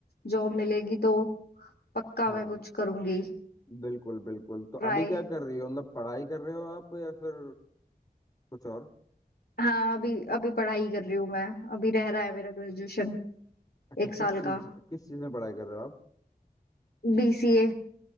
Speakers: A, on the left; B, on the left.
A: जॉब मिलेगी तो पक्का
B: हाँ
A: मैं कुछ करूंगी
B: बिल्कुल बिल्कुल तो
A: ट्राई
B: अभी क्या कर रही हो मतलब पढ़ाई कर रहे हो आप या फिर कुछ और
A: हाँ अभी अभी पढ़ाई कर रही हूँ मैं अभी रह रहा है मेरा ग्रेजुएशन
B: अच्छा
A: एक साल
B: किस चीज
A: का
B: किस चीज में पढ़ाई कर रहे हो आप
A: बीसीए